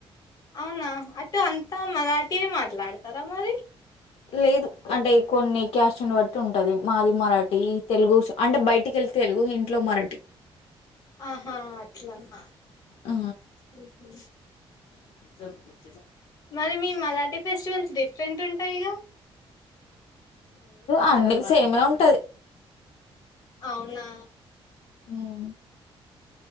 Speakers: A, on the left; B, on the left.
A: అవునా అటు అంతా మరాఠీయే మాట్లాడతారా మరి
B: లేదు అంటే కొన్ని క్యాస్ని బట్టి ఉంటది మాది మరాఠీ తెలుగు సం అంటే బయటికి వెళ్తే తెలుగు ఇంట్లో మరాఠీ
A: ఆహా అట్లాన
B: ఆ!
A: ఉమ్ హు
B: <unintelligible>
A: మరీ మీ మరాఠీ ఫెస్టివల్స్ డిఫరెంట్ ఉంటాయిగా
B: అండి సేమే ఉంటది
A: అవునా
B: ఉమ్